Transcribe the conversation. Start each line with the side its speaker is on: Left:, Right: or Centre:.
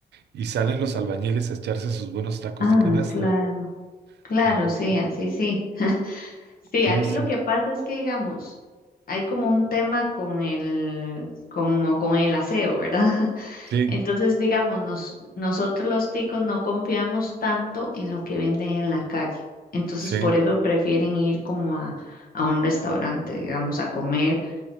Right: y salen los albañiles a echarse sus buenos tacos
Left: Ah,
Right: de canasta.
Left: claro. Claro,
Right: Ujú.
Left: sí, así sí. <laughs> Sí,
Right: Sí,
Left: aquí
Right: sí,
Left: lo que pasa es que, digamos, hay como un tema con el, como con el aseo, ¿verdad? <laughs>
Right: sí,
Left: Entonces, digamos, nos- nosotros los ticos no confiamos tanto en lo que venden en la calle. Entonces,
Right: sí.
Left: por eso prefieren ir como a, a un restaurante, digamos, a comer,